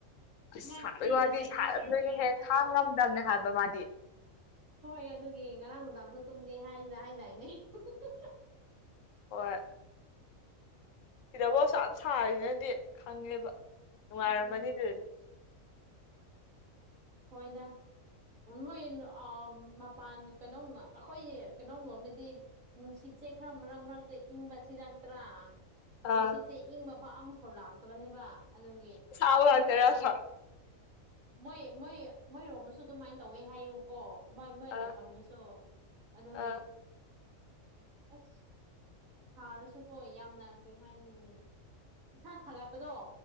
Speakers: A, on the left; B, on the right.
A: ꯑꯁ
B: ꯃꯥ
A: ꯁꯥꯕꯒꯤ
B: ꯐ꯭ꯔꯤꯗ
A: ꯋꯥꯗꯤ
B: ꯂꯩꯗꯣꯏ
A: ꯁꯥꯔꯝꯗꯣꯏꯅꯦꯍꯦ
B: ꯁꯔꯨꯛ ꯀꯣꯏꯔꯛꯑꯣ
A: ꯈꯥꯡ ꯉꯝꯗꯕꯅꯦ ꯍꯥꯏꯕ ꯃꯥꯗꯤ
B: ꯍꯣꯏ ꯑꯗꯨꯒꯤ ꯉꯔꯥꯡ ꯅꯨꯡꯗꯥꯡꯁꯨ ꯇꯨꯝꯗꯦ ꯍꯥꯏꯅ ꯍꯥꯏꯗꯥꯏꯅꯦ ꯎ ꯍꯥꯥꯥ ꯍ ꯍꯥ ꯍꯥ
A: ꯍꯣꯏ ꯁꯤꯗꯕꯨ ꯑꯁꯨꯛꯌꯥꯝ ꯁꯥꯔꯤꯖꯤꯅꯗꯤ ꯈꯪꯉꯦꯕ ꯅꯨꯡꯉꯥꯏꯔꯝꯃꯅꯤ
B: ꯎꯝ
A: ꯑꯗꯨꯗꯗꯤ
B: ꯍꯣꯏꯗ ꯃꯣꯏ ꯑꯥ ꯃꯄꯥꯟ ꯀꯩꯅꯣꯝ ꯑꯩꯈꯣꯏ ꯀꯩꯅꯣꯝ ꯅꯣꯝꯃꯗꯤ ꯅꯨꯡꯁꯤꯠ ꯁꯦ ꯈꯔ ꯃꯔꯛ ꯃꯔꯛꯇ ꯏꯪꯕ ꯁꯤꯂꯛꯇ꯭ꯔꯥ ꯅꯨꯡꯁꯤꯠꯁꯦ
A: ꯑꯥ
B: ꯏꯪꯕ ꯄꯥꯛ ꯑꯃꯐꯥꯎ ꯂꯥꯛꯇꯕꯅꯦꯕ ꯑꯗꯨꯒꯤ
A: ꯑꯁꯥꯕ ꯉꯥꯛꯇꯔꯕ
B: ꯃꯣꯏꯗꯣꯝꯗ ꯃꯣꯏ ꯃꯣꯏ ꯃꯣꯏꯔꯣꯝꯗꯁꯨ ꯑꯗꯨꯃꯥꯏꯅ ꯇꯧꯋꯦ ꯍꯥꯏꯌꯦꯕꯀꯣ ꯃꯣꯏ ꯃꯣꯏ
A: ꯑꯥ
B: ꯂꯩꯐꯝꯗꯨꯁꯨ ꯑꯗꯨꯒꯤ
A: ꯑꯥ
B: ꯑꯁ ꯁꯥꯔꯁꯨꯀꯣ ꯌꯥꯝꯅ ꯀꯩ ꯍꯥꯏꯅꯤ ꯏꯁꯥ ꯁꯥꯒꯠꯄꯗꯣ